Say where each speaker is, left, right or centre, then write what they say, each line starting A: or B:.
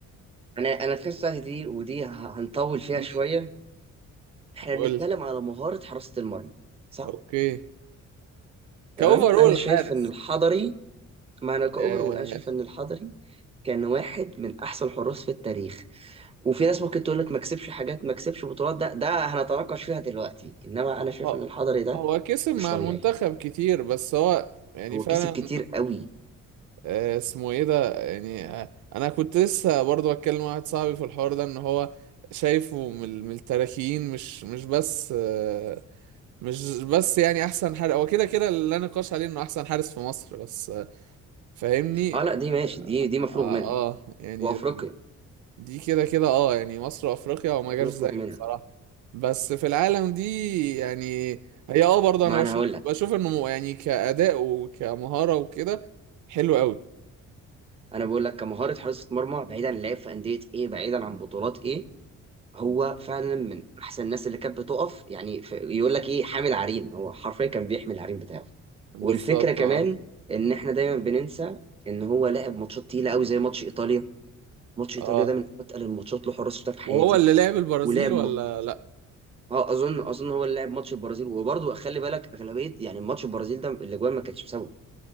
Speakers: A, on the right; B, on the right.
A: انا انا تحسها دي ودي ه- هنطول فيها
B: امم
A: شويه احنا
B: قول
A: بنتكلم
B: لي.
A: على مهاره حراسه المرمى صح
B: اوكي كاوفرول
A: تمام انا شايف
B: حارس
A: ان الحضري ما انا كاوفر
B: ياه.
A: اقول، انا شايف ان الحضري كان واحد من احسن الحراس في التاريخ وفي ناس ممكن تقول لك ما كسبش حاجات ما كسبش بطولات ده ده هنتناقش فيها دلوقتي انما انا شايف
B: هو
A: ان الحضري ده
B: هو كسب مع
A: مش طبيعي
B: المنتخب كتير بس هو يعني
A: هو
B: فعلا
A: كسب كتير قوي
B: آه، اسمه ايه ده يعني آه، انا كنت لسه برضه بتكلم مع واحد صاحبي في الحوار ده ان هو شايفه من ال- من التراكين مش مش بس آه، مش بس يعني احسن حارس هو كده كده اللي لا نقاش عليه انه احسن حارس في مصر بس آه، فاهمني
A: اه لا دي ماشي دي دي مفروغ
B: اه,
A: منها
B: آه يعني
A: وافريقيا
B: دي كده كده اه يعني مصر وافريقيا وما جاش
A: دي
B: زيه
A: مفروغ منها
B: بصراحة بس في العالم دي يعني هي اه برضه
A: ما
B: انا
A: انا
B: بشوف
A: هقول لك
B: بشوف انه م- يعني كأداء وكمهارة وكده حلو قوي
A: انا بقول لك كمهاره حراسه مرمى بعيدا عن لعب في انديه ايه بعيدا عن بطولات ايه، هو فعلا من احسن الناس اللي كانت بتقف يعني ف- يقول لك ايه حامل عريم هو حرفيا كان بيحمل العريم بتاعه والفكره
B: بالظبط
A: كمان
B: اه
A: ان احنا دايما بننسى ان هو لعب ماتشات تقيله قوي زي ماتش ايطاليا ماتش ايطاليا
B: اه
A: ده من اتقل الماتشات اللي حراس شفتها في حياتي
B: وهو اللي لعب البرازيل
A: ولعب
B: ولا
A: م...
B: لا
A: اه اظن اظن هو اللي لعب ماتش البرازيل وبرضه خلي بالك اغلبيه يعني ماتش البرازيل ده الاجوان ما كانتش بسببه